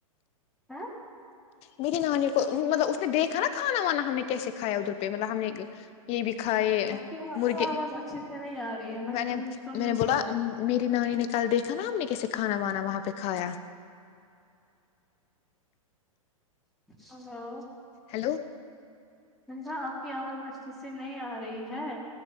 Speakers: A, in the centre; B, on the left.
A: ہیں
B: میری نانیوں کو مطلب اس نے دیکھا نا کھانا وانا ہم نے کیسے کایا ادھر پہ مطلب ہم نے یہ بھی کھائے
A: آپ کی
B: مرغے
A: آواز اچھے سے نہیں آ رہی ہے
B: میں
A: سن
B: نے میں
A: سن نہیں
B: نے بولا
A: پا رہی
B: میری نانی نے کل دیکھا نا ہم نے کیسے کھانا بانا وہاں پہ کھایا
A: ہیلو
B: ہیلو
A: منجا آپ کی آواز اچھے سے نہیں آ رہی ہے